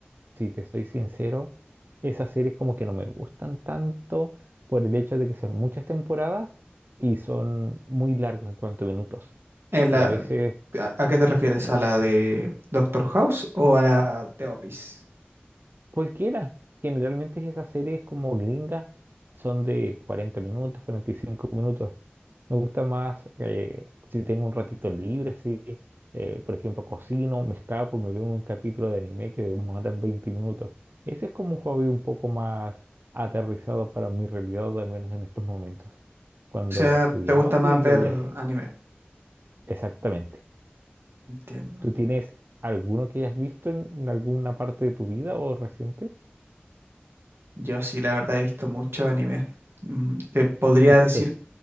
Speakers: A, on the right; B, on the right.
A: si te estoy sincero, esas series como que no me gustan tanto por el hecho de que son muchas temporadas y son muy largos en cuanto a minutos.
B: En
A: Y
B: la,
A: a veces
B: ¿a, a qué te refieres? ¿A la de Doctor House o a la de Office?
A: Cualquiera. Generalmente esas series como gringas son de 40 minutos, 45 minutos. Me gusta más eh, si tengo un ratito libre, así, eh, por ejemplo, cocino, me escapo y me veo un capítulo de anime que demora 20 minutos. Ese es como un hobby un poco más aterrizado para mi realidad, al menos en estos momentos. Cuando
B: O sea,
A: estudiaba,
B: ¿te gusta más
A: sí
B: ver
A: veía series.
B: anime?
A: Exactamente.
B: Entiendo.
A: ¿Tú tienes alguno que hayas visto en en alguna parte de tu vida o reciente?
B: Yo sí, la verdad he visto mucho anime. Mm, Te podría
A: Muchos.
B: decir,